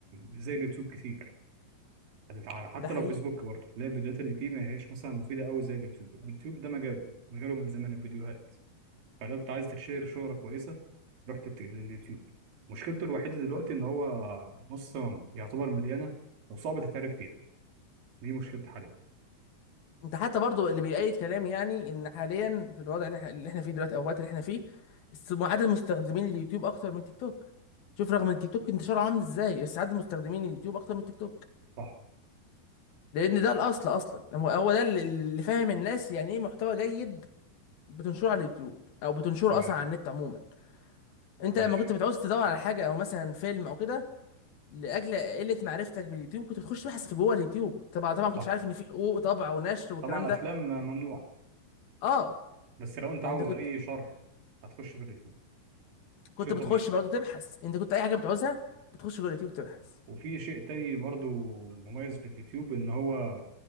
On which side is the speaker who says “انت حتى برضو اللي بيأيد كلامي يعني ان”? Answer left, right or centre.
Left